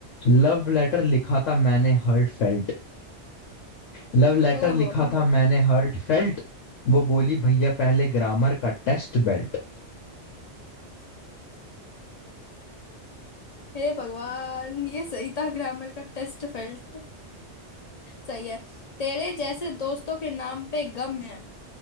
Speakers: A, on the left; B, on the left.
A: लव लेटर लिखा था मैंने हर्ट फेल्ट लव लेटर
B: ओहो
A: लिखा
B: ओहो
A: था मैंने हर्ट फेल्ट वो बोली भैया पहले ग्रामर का टेस्ट बेल्ट
B: हे भगवान ये सही था ग्रामर का टेस्ट फेल्ट सही है तेरे जैसे दोस्तों के नाम पे गम है